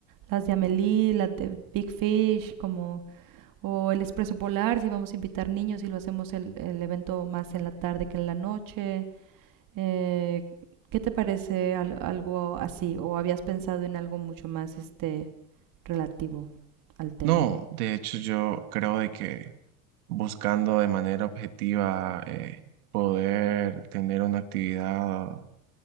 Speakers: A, on the right; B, on the right.
A: las de Amélie, las de Big Fish, como, o El Expreso Polar, si vamos a invitar niños y lo hacemos el, el evento más en la tarde que en la noche. Eh, ¿qué te parece al- algo así? ¿O habías pensado en algo mucho más este relativo al tema?
B: No, de hecho yo creo de que buscando de manera objetiva eh, poder tener una actividad